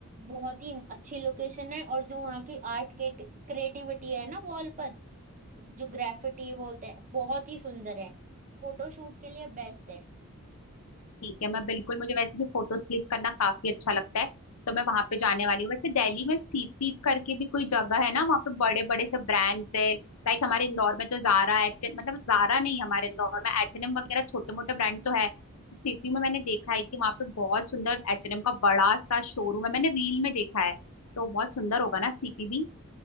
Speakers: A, on the right; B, on the left.
A: बहुत ही अच्छी लोकेशन है और जो वहाँ की आर्ट के क्रिएटिविटी है ना वॉल पर जो ग्राफिटी बोलते हैं बहुत ही सुंदर है फोटो शूट के लिए बेस्ट है
B: ठीक है मैं बिल्कुल मुझे वैसे भी फोटोज क्लिक करना काफी अच्छा लगता है तो मैं वहां पे जाने वाली हूँ वैसे दिल्ली में सीपी करके भी कोई जगह है ना वहाँ पे बड़े बड़े से ब्रांड्स है लाइक हमारे इंदौर में तो जारा एच एन, मतलब जारा नहीं हमारे इंदौर में एच एन एम वगैरह छोटे मोटे ब्रांड तो है तो सीपी में मैंने देखा है कि वहाँ पे बहुत सुंदर एच एन एम का बड़ा सा शोरूम है मैंने रील में देखा है तो बहुत सुंदर होगा ना सीपी भी